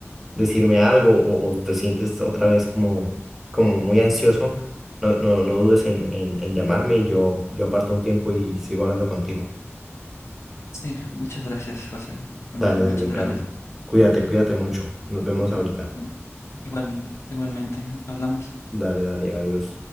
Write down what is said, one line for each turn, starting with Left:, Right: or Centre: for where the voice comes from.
Centre: decirme algo o, o te sientes otra vez como, como muy ansioso, no, no, no dudes en, en, en llamarme y yo, yo aparto un tiempo y, y sigo hablando contigo.
Left: Sí, muchas gracias, José. En
Centre: Dale,
Left: verdad, muchas
Centre: dale, Carlos.
Left: gracias.
Centre: Cuídate, cuídate mucho. Nos vemos
Left: Ok,
Centre: ahorita.
Left: Bueno, igual, igualmente, hablamos.
Centre: Dale, dale, adiós.